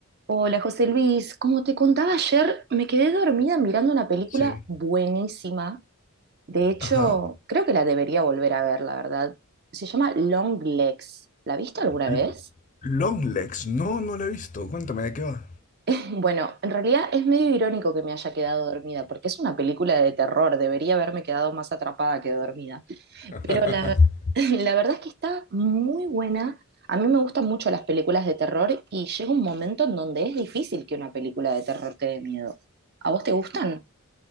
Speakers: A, on the right; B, on the left.
A: Hola José Luis, como te contaba ayer, me quedé dormida mirando una película
B: Sí.
A: buenísima. De hecho,
B: Ajá.
A: creo que la debería volver a ver, la verdad. Se llama Long Legs. ¿La viste alguna vez?
B: L- Longlegs. No, no la he visto. Cuéntame de qué va.
A: <laughs> Bueno, en realidad es medio irónico que me haya quedado dormida, porque es una película de terror. Debería haberme quedado más atrapada que dormida.
B: <laughs>
A: Pero la, <laughs> la verdad es que está muy buena. A mí me gustan mucho las películas de terror y llega un momento en donde es difícil que una película de terror te dé miedo. ¿A vos te gustan?